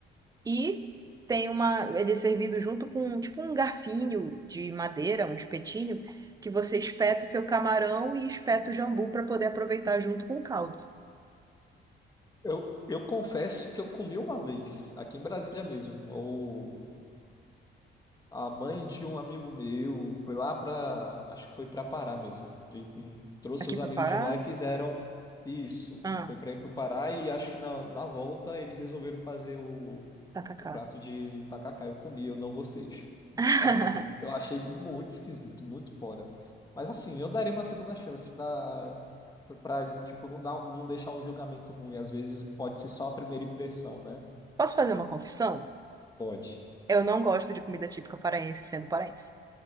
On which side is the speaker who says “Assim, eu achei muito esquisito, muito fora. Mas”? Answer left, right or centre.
Left